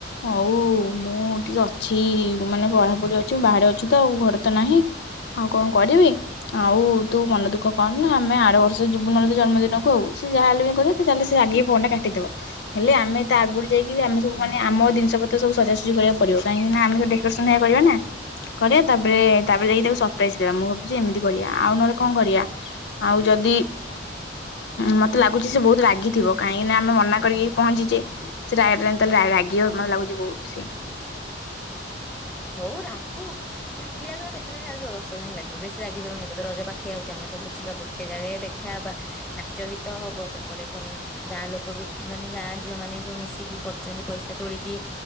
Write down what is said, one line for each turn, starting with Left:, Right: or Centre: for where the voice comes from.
Left: ହଉ ମୁଁ ଟିକେ ଅଛି ମାନେ ପଢାପଢି ଅଛି ବାହାରେ ଅଛି ତ ଆଉ ଘରେ ତ ନାହିଁ। ଆଉ କଣ କରିବି। ଆଉ ତୁ ମନ ଦୁଃଖ କରନା। ଆମେ ଆର ବର୍ଷ ଯିବୁ ନହଲେ ତୋ ଜନ୍ମଦିନକୁ। ଆଉ ସି ଯାହା ହେଲେ ବି କରେ ତାହେଲେ ସେ ଆଗିକି ଫୋନ୍ ଟା କାଟିଦବ। ହେଲେ ଆମେ ତା ଆଗୁରୁ। ଯାଇକି ବି ଆମେ ସବୁ ମାନେ ଆମ ଜିନିଷ ପତ୍ର ସବୁ ସଜାସଜି କରିବାକୁ ପଡିବ। କାଇଙ୍କିନା ଆମେ ତ ଡକୋରେସନ ହେରିକା କରିବା ନା। କରିଆ ତାପରେ ତାପରେ ଯଇକି ତାକୁ ସରପ୍ରାଇଜ ଦେବା। ମୁଁ ଭାବୁଚି ଏମିତି କରିଆ ଆଉ ନହେଲେ କଣ କରିଆ। ଆଉ ଯଦି। ମତେ ଲାଗୁଚି ସେ ବହୁତୁ ରାଗିଥିବ। କାହିଁକିନା ଆମେ ମନାକରିକି ପହଞ୍ଚିଚେ। ସେ ରାୟ ରାୟ ତାହେଲେ ରାଗିବ ମତେ ଲାଗୁଚି ବହୁତ୍ ସେ।
Centre: ହଉ ରାଗୁ। ରାଗି ରାଗି କେତେ ଦିନି ରାଗିବ? ଦଶ ଦିନି ଲାଗିବ ବେଶି ରାଗିପାରିବନି। ଏବେ ତ ରଜ ପାଖେଇ ଆଉଚି ଆମେ ସବୁ ଯିବା ଗୋଟେ। ଗୋଟେ ଜାଗା ଦେଖାହବା, ନାଚ ଗୀତ ହବ, ସେପଟେ ପୁଣି ଗାଁ ଲୋକ ବି ମାନେ ଗାଁ। ଝିଅ ମାନେ ବି ସବୁ ମିଶିକି କରୁଚନ୍ତି ପଇସା ତୋଳିକି